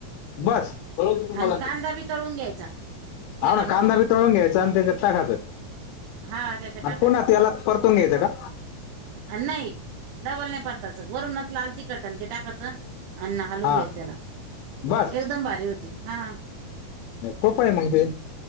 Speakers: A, on the left; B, on the right.
A: बस बरोत तुम्हाला.
B: आणि कांदा बी तळून घ्यायचा तेलामध्ये
A: हा ना कांदा बी तळून घ्यायचां आणि ते टा खाचं.
B: हा त्याच्या टाकायचा
A: पुन याला परतून घ्यायचं का.
B: नाहीडबल नाही पडताच वरूनच लाल ती. कट ते टाकायचं अण्न हालून
A: हा
B: घ्यास त्याला
A: बस
B: एकदम भारी होती हा.
A: खोप आहे मग ते.